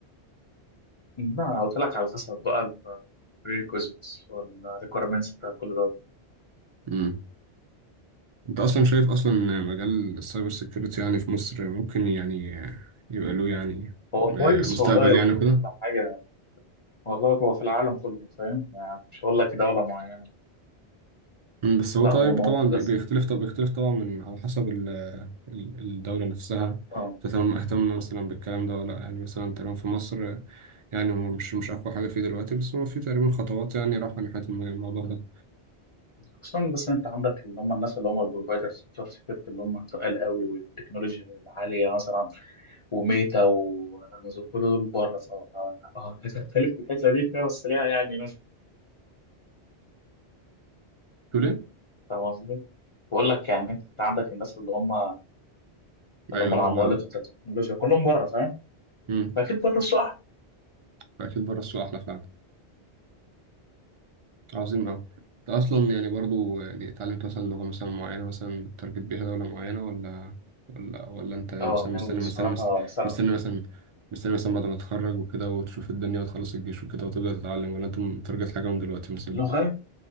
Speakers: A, on the left (about 35°); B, on the right (about 45°).
A: ما قلت لك على حسب بقى الريكوزيتس والريكويرمنتس بتاع كل ده
B: امم انت اصلا شايف اصلا إن مجال السايبر سيكيورتي يعني في مصر ممكن يعني يبقى له يعني
A: هو كويس
B: آه، مستقبل
A: والله وكل
B: يعني وكده
A: حاجه والله هو في العالم كله فاهم يعني مش هقول لك دوله معينه
B: أمم، بس هو
A: لا
B: طيب
A: هو موجود
B: طبعا بي-
A: أصلاً.
B: بيختلف طب بيختلف طبعا من على حسب ال- ال- الدولة نفسها
A: آه.
B: تهتم اهتم مثلا بالكلام ده ولا لأ. يعني مثلا تقريبا في مصر آه، يعني هو مش مش اقوى حاجة فيه دلوقتي بس هو في تقريبا خطوات يعني رايحة ناحية الموضوع ده
A: خصوصا بس إن انت عندك اللي هم الناس اللي هم البروفايدرز بتوع السكيورتي اللي هم تقال قوي والتكنولوجيا العاليه مثلا وميتا وامازون كل دول بره ف آه، هتختلف في الحته دي فيها بس ليها يعني ناس
B: تقول ايه؟
A: فاهم قصدي؟ بقول لك يعني انت عندك الناس اللي هم اللي
B: ايوه
A: هم
B: اللي
A: العمالقه
B: هما ال...
A: بتاعت التكنولوجيا كلهم بره فاهم؟
B: مم.
A: فاكيد بره السوق احلى
B: فأكيد بره السوق أحلى فعلا عظيم أوي أنت أصلا يعني برضو يعني اتعلمت مثلا لغة مثلا معينة مثلا بتارجت بيها دولة معينة ولا ولا ولا أنت يعني
A: اه
B: مثلا
A: ناوي
B: مستني
A: بصراحه
B: مستني مثلا
A: مثلا
B: مستني مثلا مستني مثلا بعد ما تتخرج وكده وتشوف الدنيا وتخلص الجيش وكده وتبدأ تتعلم ولا أنت متارجت حاجة من دلوقتي مثلا
A: لغه